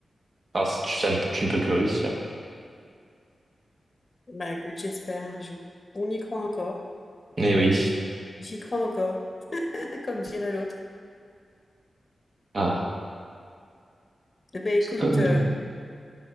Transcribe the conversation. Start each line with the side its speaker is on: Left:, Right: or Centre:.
Right: enfin, tu, ça ne- tu ne peux que réussir.
Left: Ben, écoute, j'espère un jour. On y croit encore.
Right: Mais oui.
Left: J'y crois encore, <laughs> comme dirait l'autre.
Right: Ah.
Left: Eh Ben, écoute,
Right: Euh,
Left: euh,